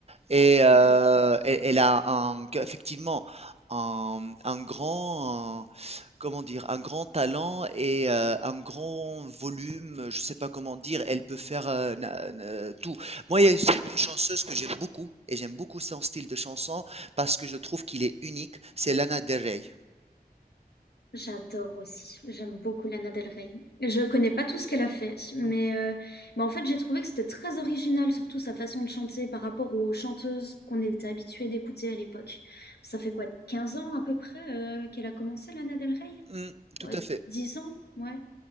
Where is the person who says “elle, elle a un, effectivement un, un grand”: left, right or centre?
Right